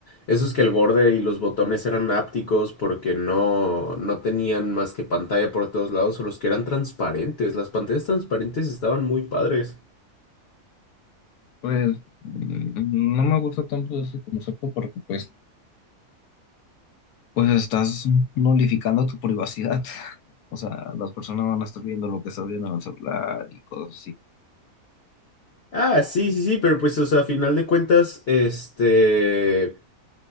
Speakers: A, on the left; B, on the left.
A: esos que el borde y los botones eran ápticos porque no, no tenían más que pantalla por todos lados o los que eran transparentes, las pantallas transparentes estaban muy padres.
B: Pues mm, no me gusta tanto ese concepto porque pues Pues estás nulificando tu privacidad. <laughs> O sea, las personas van a estar viendo lo que estás viendo en el celular y cosas así.
A: Ah, sí, sí, sí, pero pues, o sea, a final de cuentas, este...